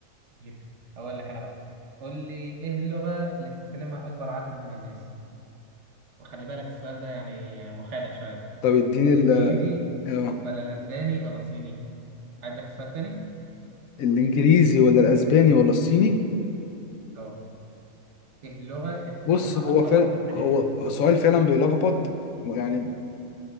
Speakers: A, on the right; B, on the left.
A: كتير. أقول لك أنا بقى قول لي إيه اللغة اللي بتتكلمها أكبر عدد من الناس وخلي بالك السؤال ده يعني مخادع شوية
B: طب اديني
A: الإنجليزي
B: ال آه،
A: ولا الأسباني ولا الصيني عايز لك السؤال تاني؟
B: الانجليزي ولا الاسباني ولا الصيني
A: أه ايه اللغة اللي بتتكلمها
B: بص هو
A: أكبر
B: فعلا
A: عدد من
B: هو
A: الناس
B: سؤال فعلا بيلخبط يعني